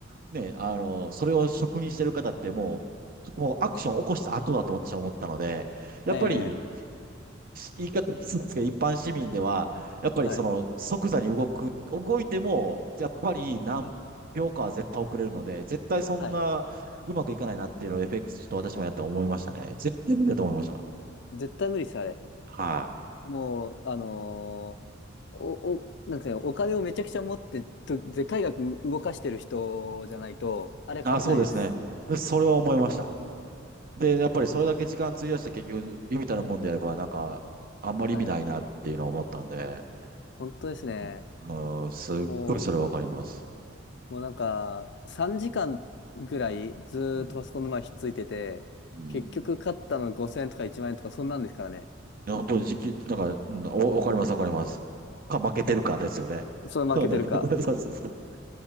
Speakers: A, on the right (about 45°); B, on the left (about 60°).
A: ね、あの、それを職にしてる方ってもう、もうアクションを起こした後だと私は思ったので、やっぱり、
B: ええ
A: 言い方ですけど、一般市民では、やっぱりその即座に動く、
B: はい。
A: 動いても、やっぱり何秒かは絶対遅れるので、絶対そんなうまくいかないなっていうのを
B: はい。
A: FX と私もやって思いましたね。絶対無理だと思いました。
B: 絶対無理です、あれ。
A: はい。
B: もう、あのーお、お、なんていうの、お金をめちゃくちゃ持ってと、でかい額動かしてる人じゃないと、あれ勝てないです。
A: あ、そうですね。でそれは思いました。で、やっぱりそれだけ時間費やして結局、微々たるもんでやれば、なんか、あんまり意味ないなっていうのを思ったんで、
B: はい。本当ですね。
A: あー、すっごいそれわかります。
B: もう、もうなんか、3時間ぐらいずーっとパソコンの前ひっついてて、
A: うん。うん。
B: 結局勝ったの5000円とか1万円とかそんなんですからね。
A: いや、本当に時期、なんか、うん、おわかります、わかります。か、負けてるかですよね。
B: それ負けてるか。
A: そうだ、そうそうそうそう。